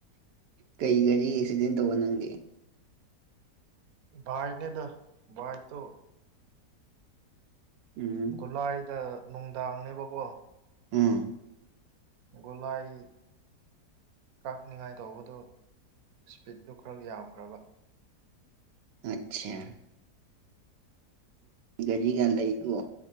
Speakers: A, on the right (about 85°); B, on the right (about 65°).
A: ꯀꯔꯤ ꯒꯥꯔꯤ ꯑꯦꯛꯁꯤꯗꯦꯟ ꯇꯧꯕ ꯅꯪꯒꯦ
B: ꯚꯏꯅꯦꯗ ꯚꯏ ꯇ
A: ꯎꯝ
B: ꯒꯨꯂꯥꯏꯗ ꯅꯨꯡꯗꯥꯡꯅꯦꯕꯀꯣ
A: ꯑ
B: ꯒꯣꯂꯥꯏ ꯀꯛꯅꯤꯉꯥꯏ ꯇꯧꯕꯗꯨ ꯏꯁꯄꯤꯠꯗꯨ ꯈꯔ ꯌꯥꯝꯈ꯭ꯔꯕ
A: ꯑꯆꯥ ꯀꯖꯤꯒꯥꯟ ꯂꯩꯀꯣ